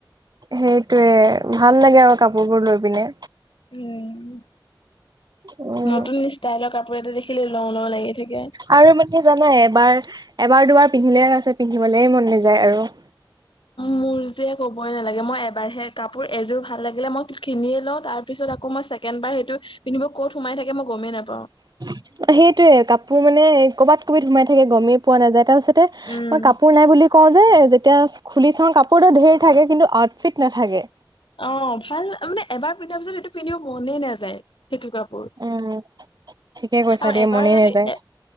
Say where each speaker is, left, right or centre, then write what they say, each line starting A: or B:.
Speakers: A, on the right; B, on the left.
A: সেইটোয়ে ভাল লাগে আৰু কাপোৰবোৰ লৈ পিনি।
B: উম্
A: উম
B: নতুন ষ্টাইলৰ কাপোৰ এটা দেখিলেই ল‌ও ল‌ও লাগি থাকে।
A: আৰু মানে জানাই এবাৰ, এবাৰ- দুবাৰ পিন্ধিলে তাৰ পিছত পিন্ধিবলৈ মন নাযায় আৰু।
B: মোৰ যে কবই নালাগে মই এবাৰহে কাপোৰ এযোৰ ভাল লাগিলে মই কিনিয়ে লওঁ তাৰ পিছত আকৌ মই ছেকেণ্ড বাৰ সৈটো পিন্ধিব ক'ত সোমাই থাকে মই গমেই নাপাওঁ।
A: অ' সেইটোয়ে, কাপোৰ মানে কৰবাত কৰবাত সোমাই থাকে গমেই পোৱা নাযায় তাৰপাছতে
B: উম।
A: মই কাপোৰ নাই বুলি কওঁ যে যেতিয়া খুলি চাওঁ কাপোৰতো ঢেৰ থাকে কিন্তু আউটফিট নাথাকে।
B: অ' ভাল মানে এবাৰ পিন্ধাৰ পিছত এইটো পিন্ধিব মনেই নাযায়। সেইটো কাপোৰ,
A: উম। ঠিকে কৈছা
B: আৰু
A: দেই
B: এবাৰ
A: মনে
B: যদি
A: নাযায়
B: এ